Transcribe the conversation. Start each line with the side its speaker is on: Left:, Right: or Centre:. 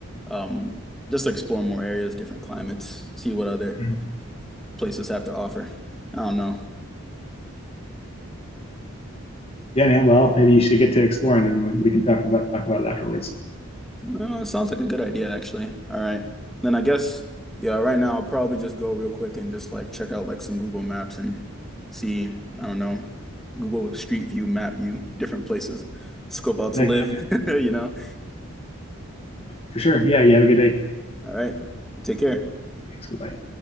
Centre: um just to explore more areas, different climates, see what other
Left: Hmm.
Centre: places have to offer. I don't know.
Left: Yeah, man. Well, maybe you should get to exploring, and we can talk about talk about it afterwards.
Centre: Uh, it sounds like a good idea actually. All right. Then I guess yeah, right now I'll probably just go real quick and just like check out like some Google Maps and see, I don't know, Google Street View, map view, different places, scope out to
Left: Like,
Centre: live,
Left: yeah, man,
Centre: <laughs> you know.
Left: for sure. Yeah, you have a good day.
Centre: All right. Take care.
Left: Thanks. Bye.